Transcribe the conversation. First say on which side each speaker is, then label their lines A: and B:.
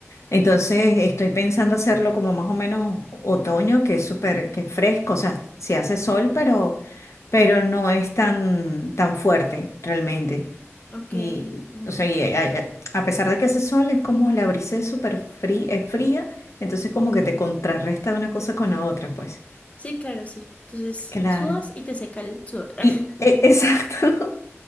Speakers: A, on the left; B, on the left.
A: Entonces estoy pensando hacerlo como más o menos otoño, que es súper, que es fresco, o sea, sí hace sol, pero, pero no es tan, tan fuerte realmente.
B: Ok,
A: Y,
B: mm,
A: o sea, y a, a- a pesar de que hace sol, es como la brisa es súper fría, es fría, entonces como que te contrarresta una cosa con la otra, pues.
B: Sí, claro, sí. Entonces,
A: Claro.
B: sudas y te seca el sudor. <laughs>
A: Y, e- exacto,